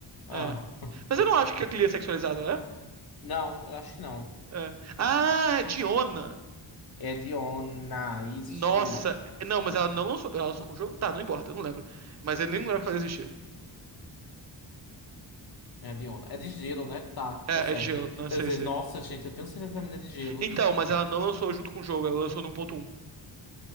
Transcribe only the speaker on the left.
Ah,
<laughs>
Não, eu acho que não.
É Diona, isso.
É Diona. É de gelo, né? Tá,
tô certo.
Eu
disse,
nossa, gente, eu tenho certeza que a menina é de gelo.